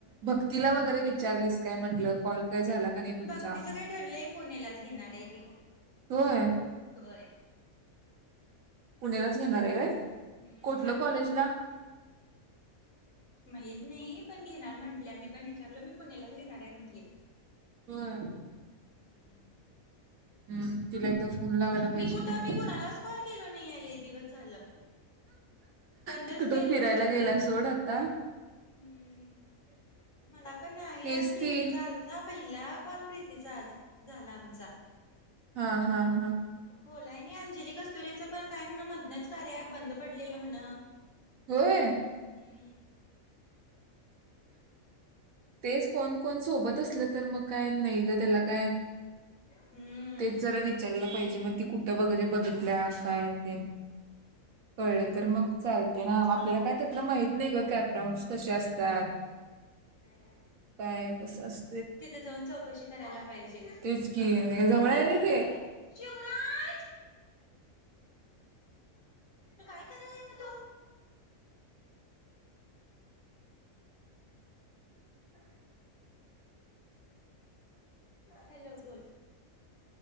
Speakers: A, on the right; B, on the left.
A: भक्तीला वगैरे विचारलीस काय म्हटलं कॉल काय झाला का नाही तुमचा
B: भक्तीचं काय ठरलंय पुणेलाच घेणार आहे ती.
A: होय
B: होय.
A: पुण्यालाच घेणार आहे
B: हम्म
A: कोठलं कॉलेजला.
B: माहित नाही पण घेणार म्हटल्या मी पण विचारलो मी पुण्यालाच घेणार आहे म्हंटली.
A: व्हय.
B: हम्म.
A: हम्म तिला. ला फोन लावायला
B: मी
A: पाहिजे
B: कुठं
A: मग.
B: मी कुणालाच कॉल केलो नाही लय दिवस झालं बंदच
A: ती कुठं
B: केलं
A: फिरायला
B: होते करायचं.
A: गेला सोड आता
B: हम्म मला पण नाही
A: तेच
B: आज प्रीती
A: ती
B: आलता पहि ला कॉल प्रीतीचा आज झाला आमचा.
A: हा हा हा
B: बोलाय नाही अंजली कस्तुरेचं पण काय म्हण मधनच कार्या प बंद पडलेलं म्हण.
A: व्हय.
B: हम्म.
A: तेच कोण कोण सोबत असलं तर मग काय नाही ग त्याला काय
B: हम्म
A: तेच जरा विचारलं पाहिजे मग ती कुठं वगैरे बघितल्या काय ते कळलं तर मग चाल ते ना
B: चांगलं
A: आपल्याला काय
B: होय.
A: त्यातलं माहित नाही ग कॅपडाउन्स कसे असतात.
B: <inaudible>
A: <unintelligible> कसं असत.
B: तिथे जाऊन चौकशी करायला पाहिजे.
A: तेच कि जवळ
B: अगं त्याला
A: हायवी
B: बोलावली
A: ते.
B: नाही.
A: <inaudible>
B: शिवराज त काय करायला आहे म तो. <inaudible> हॅलो बोल.